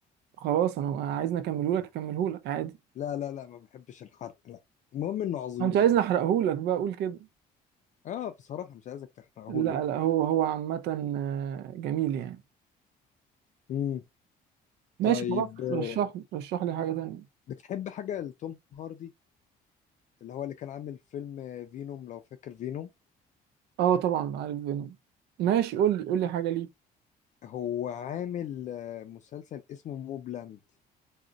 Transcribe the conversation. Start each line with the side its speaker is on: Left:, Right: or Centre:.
Right: خلاص انا عايزني اكمله لك اكمله لك عادي
Left: لا لا لا ما بحبش الحرق لا المهم انه عظيم
Right: انت عايزني
Left: يعني
Right: احرقه لك بقى اقول كده
Left: اه بصراحه مش عايزك تحرقهولي
Right: لا لا هو هو عامة آه، جميل يعني
Left: امم
Right: ماشي
Left: طيب
Right: خلاص
Left: آه،
Right: رشح رشح لي حاجة تانية
Left: بتحب حاجه لتوم هاردي اللي هو اللي كان عامل فيلم آه، فينوم لو فاكر فينوم
Right: اه طبعا عارف فينوم ماشي قول لي قول لي حاجة ليه
Left: هو عامل آه، مسلسل اسمه موبلاند